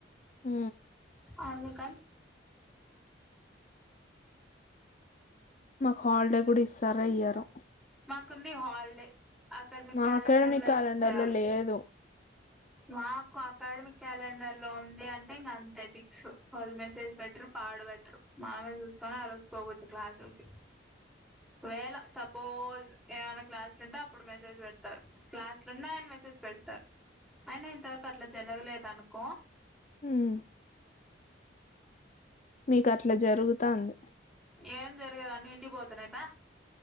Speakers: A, on the left; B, in the centre.
A: ఆ
B: అగ్ ఆక
A: మాక్ హాల్ కుడి ఇస్తారో ఇయ్యారో
B: కుంది హాలిడే అక్కడ మీ
A: మా
B: క్యాలెండర్
A: అకాడమిక్
B: లో
A: క్యాలెండర్
B: ఇచ్చారు
A: లో లేదు
B: మాకు అకాడమిక్ క్యాలెండర్ లో ఉంది అంటే ఇంకా అంతే ఫిక్స్, వాళ్ళు మెసేజ్ పెటరు పాడుపెటరు మామే చూసుకొని ఆ రోజు పోవచ్చు క్లాసులకి వేళ సప్ పోజ్ ఏమైనా క్లాస్లు ఉంటే అప్పుడు మెసేజ్ పెడతారు, క్లాస్లు ఉన్న ఆయన మెసేజ్ పెడతారు. అయినా ఇంతవరకు అట్లా జరగలేదు అనుకో
A: మ్ మీకు అట్లా జరుగుతా ఉంది
B: ఏం జరిగద అన్ని ఇంటికి పోతున్నాయి బా